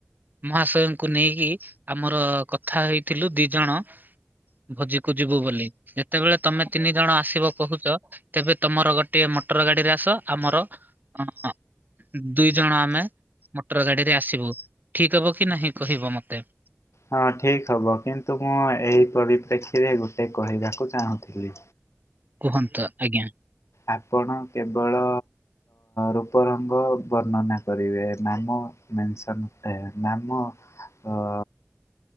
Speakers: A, on the right (about 40°); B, on the left (about 80°).
A: ମହାଶୟଙ୍କୁ ନେଇକି ଆମର କଥା ହେଇଥିଲୁ ଦି ଜଣ। ଭୋଜିକୁ ଯିବୁ ବୋଲି ଯେତେବେଳେ ତମେ ତିନି ଜଣ ଆସିବ କହୁଛ। ତେବେ ତମର ଗୋଟେ ମୋଟର ଗାଡିରେ ଆସ ଆମର ଅ। ଦୁଇ ଜଣ ଆମେ ମୋଟର ଗାଡିରେ ଆସିବୁ ଠିକ ହବ କି ନାହିଁ କହିବ ମତେ?
B: ହଁ ଠିକ ହବ କିନ୍ତୁ ମୁଁ ଏହି ପରିପ୍ରେକ୍ଷୀରେ ଗୋଟେ କହିବାକୁ ଚାହୁଁଥିଲି।
A: କୁହନ୍ତୁ ଆଜ୍ଞା।
B: ଆପଣ କେବଳ। ରୂପ ରଙ୍ଗ ବର୍ଣ୍ଣନା କରିବେ ନାମ ମେସନ ନାମ। ହ